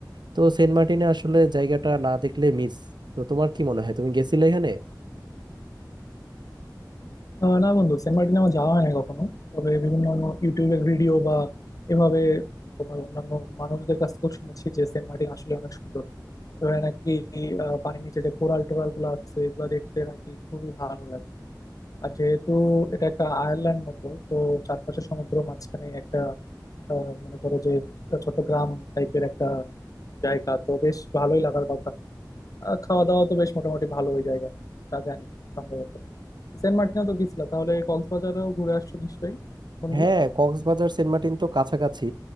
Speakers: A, on the right; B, on the left.
A: তো সেন্ট মার্টিনে আসলে জায়গাটা না দেখলে মিস তো তোমার কি মনে হয় তুমি গেছিলে এখানে
B: আহ না বন্ধু Saint Martin আমার যাওয়া হয় না কখনো তবে বিভিন্ন ইউটিউবের ভিডিও বা এভাবে তোমার অন্যান্য মানুষদের কাছ থেকেও শুনেছি যে সেন্ট মার্টিন আসলে অনেক সুন্দর ওখানে নাকি আহ, পানির নিচে যে কোরাল টোরাল গুলো আছে এগুলো দেখতে নাকি খুবই ভালো লাগে আর যেহেতু এটা একটা আয়ারল্যান্ড মতো তো চারপাশে সমুদ্র মাঝখানে একটা আহ, মনে করো যে ছোট গ্রাম টাইপের একটা জায়গা তো বেশ ভালোই লাগার কথা আর খাওয়া দাওয়া তো বেশ মোটামুটি ভালো ওই জায়গা তা জানি সম্ভবত সেন্ট মার্টিনেও তো গেছিলা তাহলে কক্সবাজারেও ঘুরে আসছো নিশ্চয়ই বন্ধু
A: হ্যাঁ কক্সবাজার সেন্ট মার্টিন তো কাছাকাছি